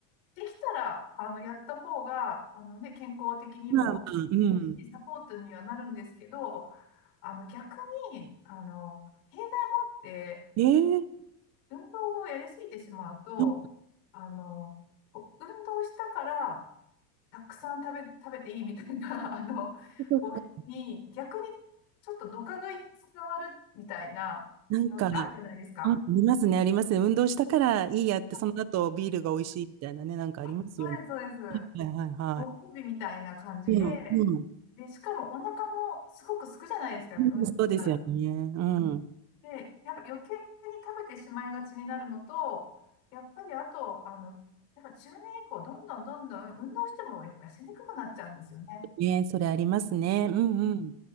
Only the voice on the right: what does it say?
まあまあ、うん。
ええ
そっか
そっか
なんか、あ、ありますね、ありますね。運動したからいいやって、
その後ビールが美味しいみたいなね、なんかありますよね。
はいはいは
い。うん、うん。
うん、そうですよね。うんん。
ね、それありますね。うんうん。